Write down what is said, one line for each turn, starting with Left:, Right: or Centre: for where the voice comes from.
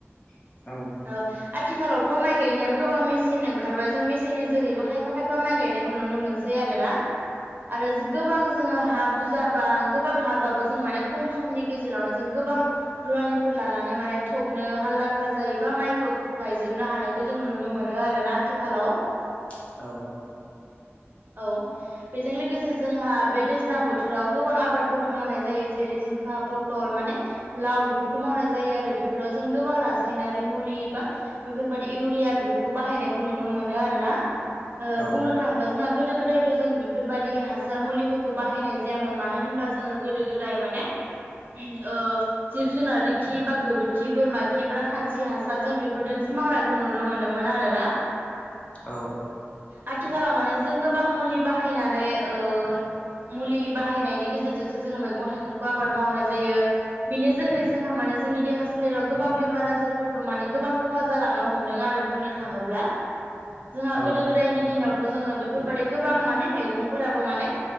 Left: औ
Right: ओ आथिखालाव थ' माइ गायनायाबो गोबां मेसिन ओंखारबाय जों मेसिननि जोहैबो खायफा खायफा माइ गायनायखौ नुनो मोनसै आरोना आरो जो गोबां जोङो <inaudible> हा बुजाबा गोबां हाबाबो जों माने खम समनि गेजेरावन जों गोबां रुवानिफोर लानानै बाय थबनो हालदांख्रा जायोबा मायखौ ग-गायज जोबनो हानायखौ जों नुनो मोनो आरोना आथिखालाव।
Left: औ
Right: औ बेजों लोगोसे जोंहा बे दैज्लां बोथोराव गोबां आबादफोरबो मावनाय जायो जेरै जिं खा, पटल माने लाव बेफोरखौ मावनाय जायो आरो बेफोराव जों गोबां रासायनारि मुलि बा बेफोरबादि इउरिया बेफोरखौ बाहायनायखौ नुनो मोनो आरोना। ओ
Left: औ
Right: बुंनो थाङोबा जोङा गोदो गोदायथ' जों बेफोरबादि हासार मुलिफोरखौ बाहायनाय जायामोन। मानो होनबा जोङो गोदो गोदाय माने ओ जिब जुनारनि खि बा गोबोरखि बोरमा खि ब्रा खानस्रि हासारजों बेफोरदों मावनायखौ नुनो मोनोमोन आरोना।
Left: औ
Right: आथिखालाव माने जों गोबां मुलि बाहायनानै ओ मुलि बाहायनायनि गेजेरजोंसो जोङो मैगं थाइगंखौ आबाद मावनाय जायो। बेनि जोहै जोंहा माने जोंनि देहा सो सोलेराव गोबां बेमार आजारफोरबो माने गोबां खहा जालांनो हमदों आरो बुंनो थाङोब्ला। जोंहा
Left: औ
Right: गोदो गोदायनि दिनावथ' जोङो बेफोरबादि गोबां माने मेगंफोराबो माने